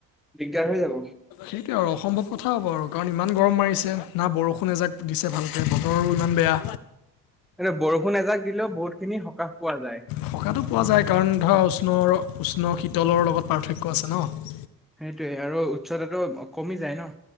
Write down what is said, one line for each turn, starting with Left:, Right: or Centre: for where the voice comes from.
Centre: দিগদাৰ হৈ যাব
Left: সেইটোৱে আউ অসম্ভৱ কথা হ'ব আৰু কাৰণ ইমান গৰম মাৰি ছে না বৰষুণ এজাক দিছে ভালকে বতৰো ইমান বেয়া
Centre: এনে বৰষুণ এজাক দিলেও বহুত খিনি সকাহ পোৱা যায়।
Left: সকাহটো পোৱা যায় কাৰণ ধৰা উষ্ণৰ - উষ্ণ শীতলৰ লগত পাৰ্থক্য আছে ন'?
Centre: সেইটোৱে আৰু উচ্চতাটো কমি যায় ন।